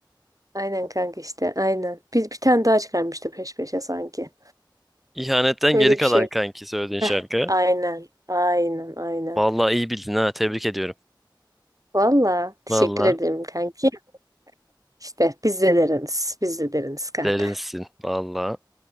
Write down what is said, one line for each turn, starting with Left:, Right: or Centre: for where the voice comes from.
Right: Aynen kanka işte aynen. Bir, bir tane daha çıkarmıştı peş peşe sanki.
Centre: İhanetten
Right: Böyle
Centre: geri kalan
Right: bir şey.
Centre: kanki söylediğin
Right: Heh,
Centre: şarkı.
Right: aynen aynen aynen.
Centre: Vallahi iyi bildin ha tebrik ediyorum.
Right: Valla teşekkür
Centre: Vallahi
Right: ederim kanki. İşte biz de deriniz. Biz de deriniz kanka.
Centre: derinsin. Vallahi